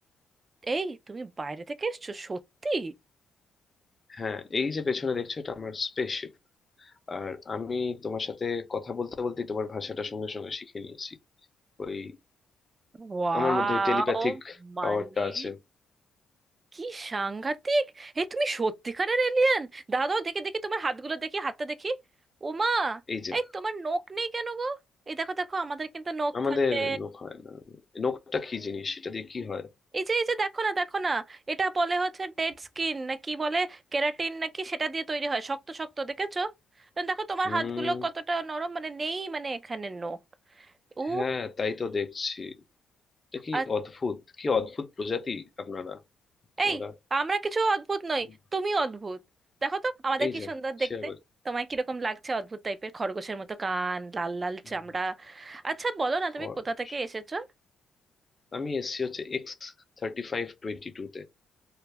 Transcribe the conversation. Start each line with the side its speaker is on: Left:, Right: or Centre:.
Right: এই তুমি বাইরে থেকে এসছো সত্যি
Left: হ্যাঁ এই যে পেছনে দেখছো এটা আমার স্পেসশিপ আর আমি তোমার সাথে কথা বলতে বলতে তোমার ভাষাটা সঙ্গে সঙ্গে শিখে নিয়েছি ওই
Right: ওয়াও
Left: আমার মধ্যে টেলিপ্যাথিক
Right: মানে
Left: পাওয়ারটা আছে
Right: কি সাংঘাতিক এই তুমি সত্যিকারের এলিয়েন দাঁড়াও দেখি দেখি তোমার হাতগুলো দেখি হাতটা দেখি ওমা
Left: এই যে
Right: এই তোমার নখ নেই কেন গো এই দেখো দেখো আমাদের কিন্তু নখ
Left: আমাদের
Right: থাকে
Left: নখ হয় না নখটা কি জিনিস এটা দিয়ে কি হয়
Right: এই যে এই যে দেখো না দেখো না এটা বলে হচ্ছে ডেড স্কিন না কি বলে কেরাটিন নাকি সেটা দিয়ে তৈরি হয় শক্ত শক্ত দেখেছো দেখো তোমার
Left: হুম
Right: হাতগুলো কতটা নরম মানে নেই মানে এখানে নখ ও
Left: হ্যাঁ তাই তো দেখছি এটা কি
Right: আ-
Left: অদ্ভুত কি অদ্ভুত প্রজাতি আপনারা তোমরা
Right: এই আমরা কিছু অদ্ভুত নই
Left: হুম,
Right: তুমি অদ্ভুত দেখো তো আমাদের
Left: এই
Right: কি
Left: যা
Right: সুন্দর দেখতে
Left: সে আবার
Right: তোমায় কিরকম লাগছে অদ্ভুত টাইপের খরগোশের মতো কান লাল লাল
Left: হুম,
Right: চামড়া আচ্ছা বলো না
Left: খরচ
Right: তুমি কোথা থেকে এসেছো
Left: আমি এসছি হচ্ছে x thirty five twenty two তে